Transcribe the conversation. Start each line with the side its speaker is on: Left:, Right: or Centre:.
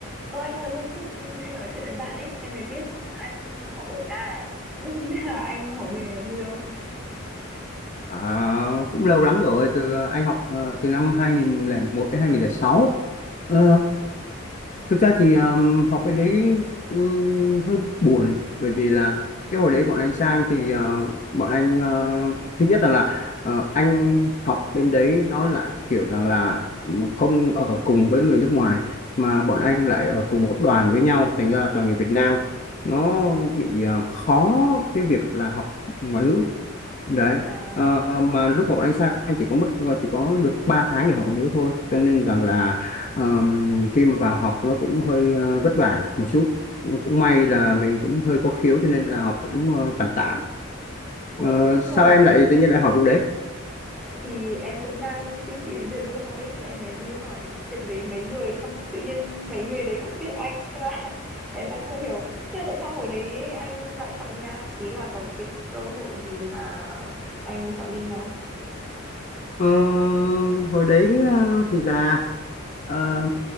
Centre: Ơ anh ơi, hôm trước em nói chuyện với bạn ấy, em mới biết anh học ở Nga à? Nhưng không biết là anh học bên này có vui không?
Left: À, cũng lâu lắm rồi từ ờ, anh học ờ, từ năm 2001 đến 2006 Ờ, thực ra thì ờm, học bên đấy ừm, hơi buồn bởi vì là cái hồi đấy bọn anh sang thì ờ, bọn anh ờ, thứ nhất rằng là ờ, anh học bên đấy nó lại kiểu rằng là không ở cùng với người nước ngoài mà bọn anh
Centre: À,
Left: lại ở cùng một đoàn với nhau thành ra là toàn người Việt Nam nó bị ờ, khó cái việc là học ngoại ngữ đấy
Centre: à,
Left: Ờ, mà lúc mà bọn anh sang anh chỉ có mất chỉ có được 3 tháng để học ngoại ngữ thôi cho nên rằng là ờm, khi mà vào học nó cũng hơi ờ, vất vả một chút cũng may là mình cũng hơi có khiếu cho nên là học cũng ờ, tạm tạm
Centre: ủa,
Left: Ờ,
Centre: thế nhưng
Left: sao
Centre: mà
Left: em lại tự nhiên lại hỏi vụ đấy
Centre: thì em cũng đang suy nghĩ đến việc du học ấy, thì em mới đi hỏi chuyện với mấy người, xong tự nhiên mấy người đấy cũng biết anh, thế là <laughs> em đang không hiểu. Nhưng mà tại sao hồi đấy anh lại chọn Nga? Ý là có cái cơ hội gì mà anh chọn đi Nga?
Left: Ờ, hồi đấy ờ, thì là ờ,